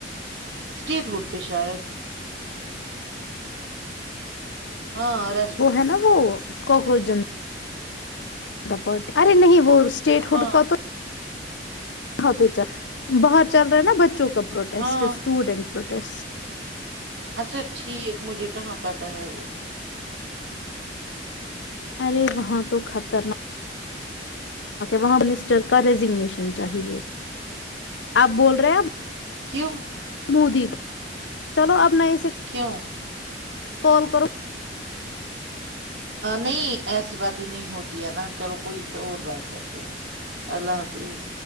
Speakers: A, on the right; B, on the left.
A: اسٹیٹ ہوڈ پہ شاید ہاں ر
B: وہ ہے نا وہ کوکروچ ج پارٹی ارے نہیں وہ اسٹیٹ
A: ہاں
B: ہوڈ کا تو یہاں پہ باہر چل رہا ہے نا بچوں کا پروٹیسٹ
A: ہاں
B: اسٹوڈینٹ پروٹیسٹ
A: اچھا ٹھیک مجھے کہاں پتا ہے وہ
B: ارے وہاں تو خطرناک وہاں منسٹر کا ریزگنیشن چاہیے آپ بول رہے ہیں آپ
A: کیوں
B: مودی چلو اب میں
A: کیوں
B: کال کرو
A: نہیں ایسی بات ہی نہیں ہوتی ہے نا چلو کوئی اور بات کرتے ہیں اللہ حافظ